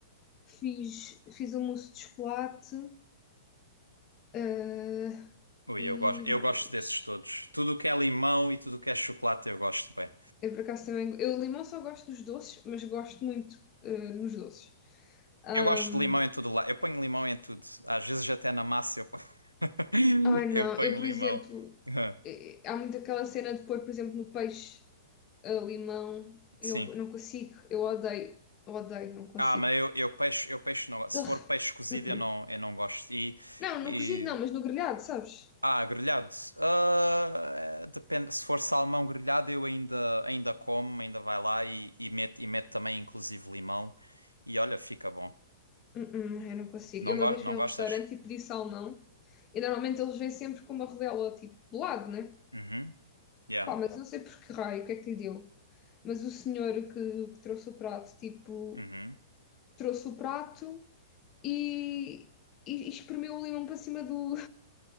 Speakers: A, on the left; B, on the right.
A: Fiz, fiz um mousse de chocolate. Ah,
B: Ui,
A: e
B: eu gosto, eu
A: mais.
B: gosto desses todos. Tudo o que é limão e tudo o que é chocolate eu gosto bem.
A: Eu por acaso também. Eu limão só gosto dos doces, mas gosto muito ah, nos doces. Ahm,
B: Eu gosto de limão em tudo lá. Eu ponho limão em tudo. Às vezes até na massa eu ponho, <laughs>
A: ai
B: eu
A: não,
B: ponho
A: eu por
B: limão.
A: exemplo.
B: <laughs>
A: eh, eh, Há muito aquela cena de pôr, por exemplo, no peixe ah, limão.
B: Sim.
A: Eu não consigo, eu odeio, odeio, não consigo.
B: Ah, mas eu, eu peixe, eu peixe não. Se
A: Ugh,
B: for peixe cozido,
A: uh-uh.
B: eu não, eu não gosto. E,
A: Não, no
B: e...
A: cozido não, mas no grelhado, sabes?
B: Ah, grelhado. Ah, depende. Se for salmão grelhado, eu ainda, ainda como, ainda vai lá e, e mete, e mete também, inclusive, limão. E olha, fica bom.
A: Uh-uh, eu não consigo.
B: Não,
A: Eu
B: go
A: uma vez
B: não
A: fui a
B: gostas?
A: um restaurante e pedi salmão. E normalmente eles vêm sempre com uma rodela tipo do lado, né?
B: Uhum. Yeah.
A: Pá, mas não sei por que raio, o que é que lhe deu. Mas o senhor que, que trouxe o prato, tipo,
B: Uhum. <laughs>
A: trouxe o prato e, e, e espremeu o limão para cima do,